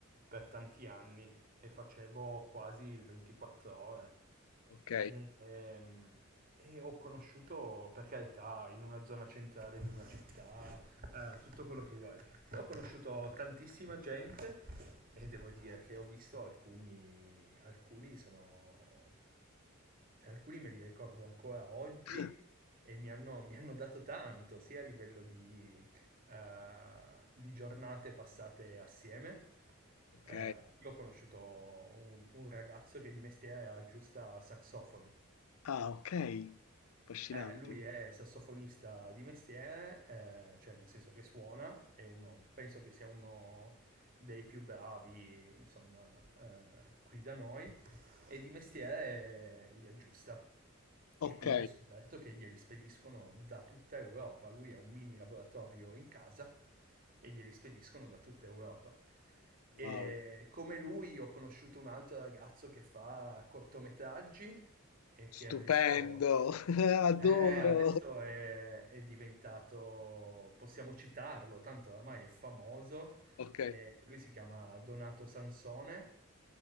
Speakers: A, on the right; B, on the left.
A: per tanti anni e facevo quasi il 24 ore.
B: Ok,
A: E, ehm, e ho conosciuto, per carità, in una zona centrale di una città, eh, tutto quello che vuoi. Però ho conosciuto tantissima gente e devo dire che ho visto alcuni, alcuni sono, cioè alcuni me li ricordo ancora oggi
B: <clears throat>
A: e mi hanno, mi hanno dato tanto, sia a livello di, eh, di giornate passate assieme.
B: ok.
A: Eh, io ho conosciuto un, un ragazzo che di mestiere aggiusta saxofoni
B: Ah, ok, affascinante.
A: Eh, lui è sassofonista di mestiere, eh, cioè nel senso che suona, è uno, penso che sia uno dei più bravi, insomma, eh, qui da noi, e di mestiere eh, li aggiusta.
B: Ok,
A: E quindi ho scoperto che glieli spediscono da tutta Europa. Lui ha un mini laboratorio in casa e glieli spediscono da tutta Europa.
B: wow,
A: E come lui ho conosciuto un altro ragazzo che fa cortometraggi e che
B: stupendo,
A: adesso
B: <laughs> adoro.
A: eh, adesso è, è diventato, possiamo citarlo, tanto oramai è famoso.
B: Ok,
A: eh, lui si chiama Donato Sansone.